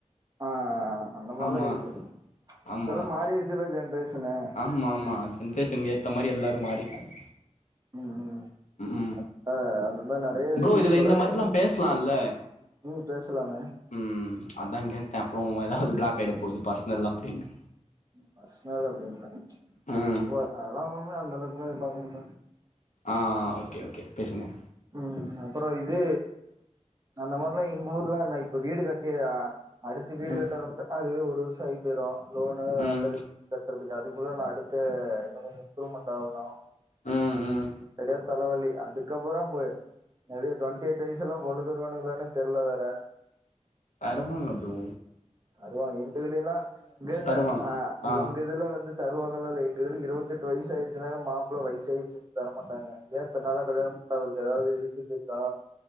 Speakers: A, on the right; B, on the left.
A: ஆ ஆ அந்த மாரிலா
B: ஆமா
A: இருக்கு
B: ஆமா
A: இப்பெல்லா மாறிடுச்சுல்ல ஜென்ரேஷனு
B: ஆமா ஆமா ஜென்ரேஷன்க்கு ஏத்த மாரி எல்லாரு மாறிட்டாங்க
A: ம் ம்
B: ம்
A: ஆ அந்த மாரி நெறைய இருக்கு
B: ப்ரோ இதுல
A: இப்பல
B: இந்த மாரிலா
A: எங்க
B: பேசலால்ல
A: ம் பேசலாமே
B: ம் அதா கேட்டே அப்புற ஏதாவது பிளாக் ஆகிட போது பர்சனல் அப்டின்னு
A: பர்ஷ்னல் அப்டின்ல ச்
B: ம்
A: அதெல்லா ஒன்னு அந்த அளவுக்குலா எதிர் பாக்க மாட்டாங்க
B: ஆ ஆ ஓகே ஓகே பேசுங்க
A: ம் அப்புறோ இது அந்த மாரிலா எங்க ஊர்லல்லா இப்ப வீடு கட்டி அடுத்து வீடு
B: ம்
A: கட்ட ஆரம்பிச்ச அதுவே ஒரு வருஷ ஆகி போயிறு லோனு
B: ம்
A: கட்ட கட்டுறதுக்கு அது லோனு அடுத்த இன்னோ கொஞ்ச இம்ப்ரூவ்மெண்ட் ஆகணு
B: ம் ம்
A: நெறையா தலைவலி அதுக்கப்பறம் ப்ப நெறைய டுவெண்டி எயிட் வயசுல எல்லா பொண்ணு தருவானுங்களானனு தெர்ல வேற
B: அருமல்ல ஃப்ரோ
A: அதுவா எங்க இதுல எல்லா இங்கருங்க
B: தருவாங்க
A: அ
B: ஆ
A: எங்க இதுல வந்து தருவாங்கல்லா இல்ல எங்க இதுல இருவத் எட்டு வயசாயிச்சுனால மாப்ள வயசாயிடுச்சுன்னு தர மாட்டாங்க ஏ இத்தனால கல்யாணம் பண்ல அவருக் ஏதாவது இதுக்கு இது இருக்கா